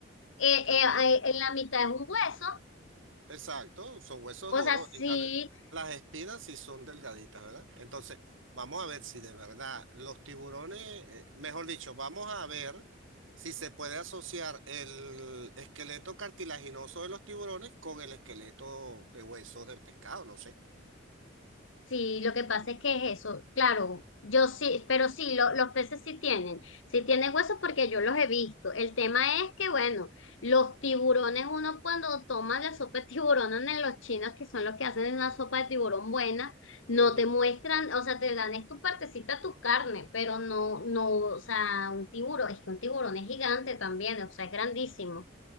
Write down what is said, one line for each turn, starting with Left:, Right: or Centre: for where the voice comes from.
Left: eh,
Right: que
Left: eh,
Right: uno,
Left: eh, en la mitad es un hueso.
Right: exacto, son huesos
Left: O
Right: duros,
Left: sea,
Right: en
Left: sí
Right: cambio, las espinas sí son delgaditas, ¿verdad? Entonces, vamos a ver si de verdad los tiburones, eh, mejor dicho, vamos a ver si se puede asociar el esqueleto cartilaginoso de los tiburones con el esqueleto de huesos del pescado, no sé.
Left: Sí, lo que pasa es que es eso, claro, yo sí, pero sí, lo- los peces sí tienen, sí tienen huesos porque yo los he visto. El tema es que, bueno, los tiburones, uno cuando toma la sopa de tiburón en los chinos, que son los que hacen una sopa de tiburón buena, no
Right: Ujú.
Left: te muestran, o sea, te dan es tu partecita, tu carne, pero no, no, o sea, un tiburón, es que un tiburón es gigante también, o sea, es grandísimo.